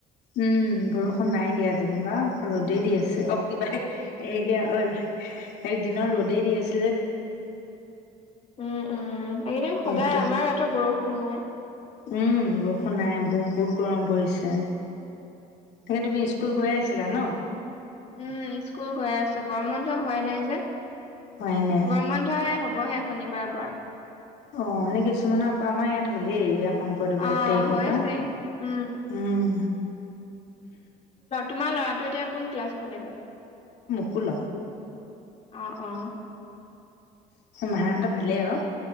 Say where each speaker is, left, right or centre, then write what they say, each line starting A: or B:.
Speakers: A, on the left; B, on the left.
A: উম বৰষুণ নাই দিয়া যেনিবা ৰ'দেই দি আছে অ কিবা হেইয়া ঐ এক দিনৰ ৰ'দে দি আছে
B: উম উম এইকেইদিন
A: সেইটোৱে
B: সদায় আমাৰ ইয়াতো বৰষুণ নাই
A: উম বৰষুণ নাই বহুত গৰম পৰিছে তাকে তুমি স্কুল গৈয়ে আছিলা ন
B: উম স্কুল গৈ আছো গৰমবন্ধ হোৱাই নাই যে
A: হয় নে?
B: গৰম বন্ধ এ হবহে শনিবাৰৰ পৰা
A: অ এনে কিছুমানক আমাৰ ইয়াত হ'লেই শংকৰদেৱৰ
B: অ',
A: এক তাৰিখৰ
B: হৈছে
A: পৰা
B: উম,
A: উম
B: তোমাৰ ল'ৰাটো এতিয়া কোন ক্লাছ পালেগৈ
A: ষোল্ল
B: অ অ
A: মাহাহতৰ ভালেই আৰু